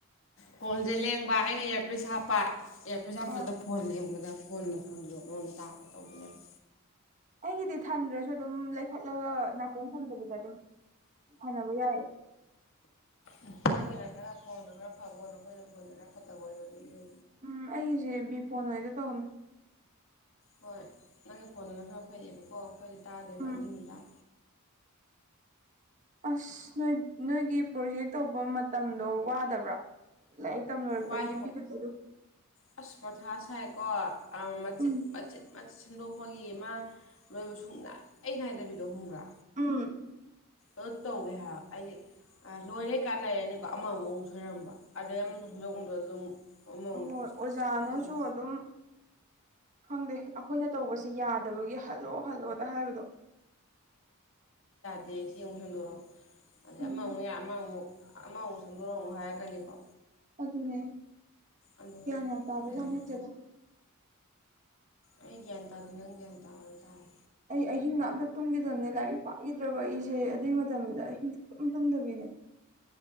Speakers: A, on the left; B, on the right.
A: ꯐꯣꯟꯖꯦ ꯂꯦꯡꯕ ꯑꯩꯅ ꯏꯌꯥꯔꯄꯤꯁ ꯍꯥꯞꯄ ꯑꯦꯌꯥꯔꯄꯤꯁ ꯍꯥꯞꯄꯗꯨꯗ
B: ꯑꯥ
A: ꯐꯣꯟ ꯂꯦꯡꯕꯗ ꯐꯣꯟ ꯃꯈꯣꯟꯗꯣ ꯑꯗꯣꯟꯗ ꯇꯥꯕ ꯇꯧꯕꯅꯦꯕ
B: ꯑꯩꯒꯤꯗꯤ ꯊꯝꯗ꯭ꯔꯁꯨ ꯑꯗꯨꯝ ꯂꯩꯈꯠꯂꯒ ꯅꯥꯀꯣꯡ ꯊꯝꯗꯕꯤꯗ ꯑꯗꯨꯝ ꯁꯥꯟꯅꯕ ꯌꯥꯏꯌꯦ
A: ꯎꯝ ꯅꯪꯒꯤꯅ ꯈꯔ ꯐꯣꯟꯗꯣ ꯈꯔ ꯐꯕ ꯑꯣꯏꯕ ꯑꯩꯈꯣꯏꯅ ꯐꯣꯟꯗꯣ ꯈꯔ ꯐꯠꯇꯕ ꯑꯣꯏꯕ ꯑꯗꯨꯒꯤ
B: ꯎꯝ ꯑꯩꯒꯤꯁꯦ ꯕꯤꯐꯣꯟ ꯑꯣꯏꯗ ꯇꯧꯅꯦ
A: ꯍꯣꯏ ꯅꯪꯒꯤ ꯐꯣꯟꯗꯨꯅ ꯈꯔ ꯐꯩꯌꯦꯕꯀꯣ ꯑꯩꯈꯣꯏꯗꯤ ꯇꯥꯗꯦꯕ
B: ꯎꯝ
A: ꯑꯗꯨꯏꯅꯤꯗ
B: ꯑꯁ ꯅꯣꯏ ꯅꯣꯏꯒꯤ ꯄ꯭ꯔꯣꯖꯦꯛ ꯇꯧꯕ ꯃꯇꯝꯗꯣ ꯋꯥꯗꯕ꯭ꯔꯥ ꯂꯥꯏꯔꯤꯛ ꯇꯝ ꯂꯣꯏꯔꯛꯄꯒꯤ
A: ꯋꯥꯏ
B: ꯄꯤꯈꯠꯄꯗꯣ
A: ꯑꯁ ꯃꯊꯥ ꯁꯥꯏꯀꯣ ꯑꯥ ꯃꯆꯤꯠ
B: ꯎꯝ
A: ꯃꯆꯤꯠ ꯃꯆꯤꯠ ꯁꯦꯝꯗꯣꯛ ꯄꯒꯤ ꯑꯃ ꯂꯣꯏꯕ ꯁꯨꯡꯅꯥꯏ ꯅꯥꯏꯗꯕꯤꯗꯣ ꯈꯪꯕ꯭ꯔꯥ
B: ꯎꯝ
A: ꯑꯗꯨ ꯇꯧꯋꯦ ꯍꯥꯏꯕ ꯑꯩꯗꯤ ꯑ ꯂꯣꯏꯔꯦ ꯀꯥꯟ ꯂꯩꯔꯅꯤ ꯀꯣ ꯑꯃꯃꯨꯛ ꯁꯣꯏꯔꯝꯕ ꯑꯗꯩ ꯑꯃ ꯁꯦꯝꯗꯣꯛꯐꯝꯗꯨꯗ ꯑꯃꯨꯛ ꯑꯃꯃꯨꯛ
B: ꯍꯣꯏ ꯑꯣꯖꯥꯅꯁꯨ
A: ꯑꯁ ꯈꯪꯗꯦꯗ
B: ꯑꯗꯨꯝ ꯈꯪꯗꯦ ꯑꯈꯣꯏꯅ ꯇꯧꯕꯁꯤ ꯌꯥꯗꯕꯒꯤ ꯍꯜꯂꯣ ꯍꯜꯂꯣꯗ ꯍꯥꯏꯕꯗꯣ
A: ꯑꯗꯩ ꯁꯤ ꯑꯃꯨꯛ ꯍꯦꯟꯗꯣꯔꯛꯑꯣ ꯑꯗꯩ
B: ꯎꯝ
A: ꯑꯃꯃꯨꯛ ꯌꯥꯏ ꯑꯃꯃꯨꯛ ꯑꯃꯃꯨꯛ ꯁꯦꯝꯗꯣꯔꯛꯑꯣ ꯑꯃꯨꯛ ꯍꯥꯏꯔꯛꯀꯅꯤꯀꯣ
B: ꯑꯗꯨꯅꯦ
A: ꯑꯗꯨꯝ
B: ꯒ꯭ꯌꯥꯟꯒ ꯇꯥꯕ
A: ꯀꯩ
B: ꯖꯥꯠ
A: ꯍꯥꯏꯅꯤ
B: ꯅꯠꯇꯦꯗ
A: ꯑꯩ ꯒ꯭ꯌꯥꯟ ꯇꯥꯗꯦ ꯅꯪ ꯒ꯭ꯌꯥꯟ ꯇꯥꯎ ꯍꯥꯏꯗꯣ ꯇꯥꯔꯦ
B: ꯑꯩ ꯑꯍꯤꯡ ꯒ ꯑꯝꯇ ꯇꯨꯝꯈꯤꯗꯕꯅꯦ ꯂꯥꯏꯔꯤꯛ ꯄꯥꯈꯤꯗ꯭ꯔꯕ ꯑꯩꯁꯦ ꯑꯗꯨꯏ ꯃꯇꯝꯗꯨꯗ ꯑꯍꯤꯡ ꯁꯨꯛꯇꯨꯝ ꯇꯨꯝꯗꯕꯤꯅꯦ <inaudible>